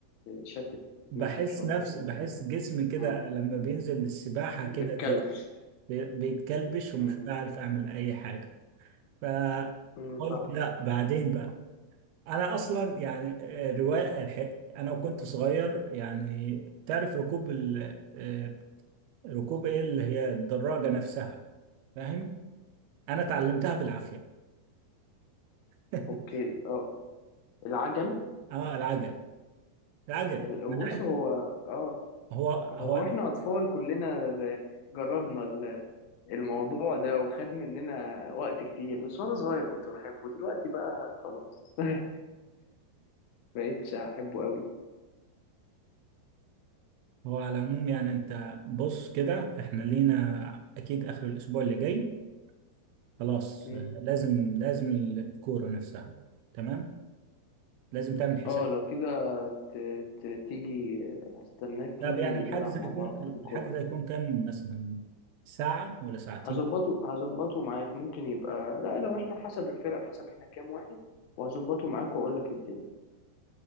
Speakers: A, on the left; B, on the right.
A: بتشتت
B: بحس
A: نفسك شوية
B: نفس
A: في الموضوع
B: بحس جسمي كده
A: مم.
B: لما بينزل للسباحة
A: متكلبش
B: كده زي بي- بيتكلبش ومش
A: مم.
B: بعرف أعمل أي حاجة فقلت
A: مم، فاهم
B: لا بعدين بقى انا اصلا يعني آه، روايه الحق انا وكنت صغير يعني تعرف ركوب ال... آه، ركوب ايه اللي هي الدراجه نفسها فاهم انا اتعلمتها بالعافيه <laughs>
A: اوكي اه العجل
B: اه العجل العجل
A: ال- بص
B: أنا عارف.
A: هو اه
B: هو
A: هو
B: هو
A: احنا اطفال كلنا جربنا ال- الموضوع ده وخد مننا وقت كتير بس وانا صغير كنت بحبه دلوقتي بقى خلاص <laughs> بقيتش احبه
B: هو على العموم يعني انت بص كده احنا لينا اكيد اخر الاسبوع اللي جاي خلاص
A: قوي
B: آه، لازم لازم الكوره نفسها تمام لازم تعمل حساب
A: اه لو كده ت... ت... تيجي هستناك
B: طب
A: تيجي
B: يعني الحجز
A: نلعب مع
B: هيكون
A: بعض
B: الحجز
A: كورة
B: هيكون كام مثلا ساعه ولا ساعتين
A: هظبطه هظبطه معاك ممكن يبقى لا لو احنا حسب الفرق حسب احنا كام واحد وهظبطه معاك واقول لك الدنيا